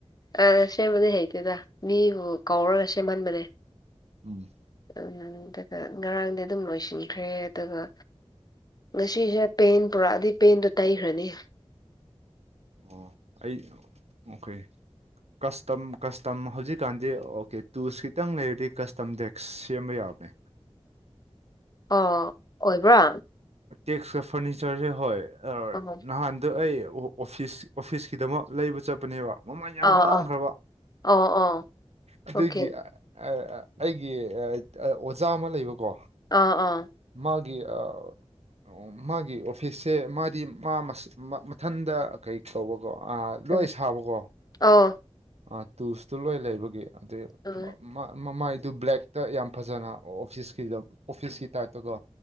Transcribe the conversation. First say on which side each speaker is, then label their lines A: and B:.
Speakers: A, on the left (about 35°); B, on the right (about 75°).
A: ꯑ ꯁꯦꯝꯕꯗꯤ ꯍꯩꯇꯦꯗ ꯃꯤꯕꯨ ꯀꯧꯔꯒ ꯁꯦꯝꯍꯟꯕꯅꯦ
B: ꯎꯝ
A: <unintelligible> ꯉꯔꯥꯡꯗꯤ ꯗꯨꯝ ꯂꯣꯏꯁꯤꯟꯈ꯭ꯔꯦ ꯑꯗꯨꯒ ꯉꯁꯤꯁꯦ ꯄꯦꯟ ꯄꯨꯔꯛꯑꯗꯤ ꯄꯦꯟꯗꯣ ꯇꯩꯈ꯭ꯔꯅꯤ
B: ꯑꯣ ꯑꯩ ꯑꯣꯀꯦ ꯀꯁꯇꯝ ꯀꯁꯇꯝ ꯍꯧꯖꯤꯛꯀꯥꯟꯗꯤꯑꯣ ꯀꯦꯇꯨꯁ ꯈꯤꯇꯪ ꯂꯩꯔꯗꯤ ꯀꯁꯇꯝ ꯗꯦꯛꯁ ꯁꯦꯝꯕ ꯌꯥꯕꯅꯦ
A: ꯑꯥ ꯑꯣꯏꯕ꯭ꯔꯥ
B: ꯇꯦꯛꯁꯀ ꯐꯔꯅꯤꯆꯔꯁꯦ ꯍꯣꯏ ꯑꯣꯏ
A: ꯑ ꯑꯥ
B: ꯅꯍꯥꯟꯗ ꯑꯩ ꯑꯣ ꯑꯣꯐꯤꯁ ꯑꯣꯐꯤꯁꯀꯤꯗꯃꯛ ꯂꯩꯕ ꯆꯠꯄꯅꯦꯕꯥ ꯃꯃꯜ ꯌꯥꯝ
A: ꯑꯥ
B: ꯇꯥꯡꯈ꯭ꯔꯕ
A: ꯑꯣ ꯑꯣ
B: ꯑꯗꯨꯒꯤ
A: ꯑꯣꯀꯦ
B: ꯑ ꯑ ꯑꯩꯒꯤ ꯑꯣꯖꯥ ꯑꯃ ꯂꯩꯕꯀꯣ
A: ꯑ ꯑꯥ
B: ꯃꯥꯒꯤ ꯑꯥ ꯑꯣ ꯃꯥꯒꯤ ꯑꯣꯐꯤꯁꯁꯦ ꯃꯥꯗꯤ ꯃꯥ ꯃꯊꯟꯗ ꯀꯩ ꯀꯧꯕꯀꯣ ꯑ ꯂꯣꯏ
A: ꯎꯝ
B: ꯁꯥꯕꯀꯣ
A: ꯑꯣ
B: ꯑ ꯇꯨꯁꯇꯣ ꯂꯣꯏ ꯂꯩꯕꯒꯤ ꯑꯗꯨꯏ
A: ꯑꯣ
B: ꯃ ꯃꯃꯥꯏꯗꯨ ꯕ꯭ꯂꯦꯛꯇ ꯌꯥꯝ ꯐꯖꯅ ꯑꯣꯐꯤꯁꯀꯤꯗ ꯑꯣꯐꯤꯁꯀꯤ ꯇꯥꯏꯞꯇꯀꯣ